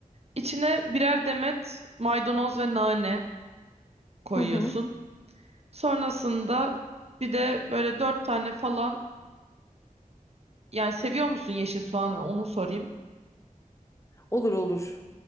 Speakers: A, on the right; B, on the left.
A: İçine birer demet maydanoz ve nane. koyuyorsun.
B: Hı hı.
A: Sonrasında bir de böyle dört tane falan yani seviyor musun yeşil soğanı onu sorayım.
B: Olur olur.